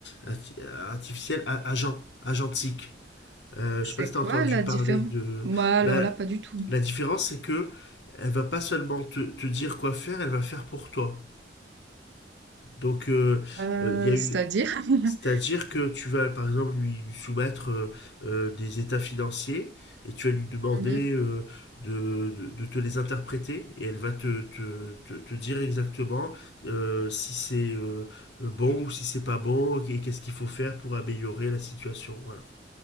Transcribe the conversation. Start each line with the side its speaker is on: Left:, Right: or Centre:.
Left: arti- artificielle a- agent, agentique. Euh,
Right: C'est
Left: je sais pas si tu
Right: quoi
Left: as entendu
Right: la
Left: parler
Right: différence?
Left: de...
Right: Bah, alors
Left: Ben,
Right: là, pas du tout.
Left: la différence, c'est que elle va pas seulement te, te dire quoi faire, elle va faire pour toi. Donc, euh,
Right: Heu,
Left: euh, il y a une,
Right: c'est-à-dire? <laughs>
Left: c'est-à-dire que tu vas, par exemple, lui, lui soumettre euh, euh, des états financiers et tu vas lui demander
Right: Mmh mh.
Left: euh, de, de- de te les interpréter et elle va te, te- te- te dire exactement euh, si c'est euh, bon ou si c'est pas bon et qu'est-ce qu'il faut faire pour améliorer la situation. Voilà.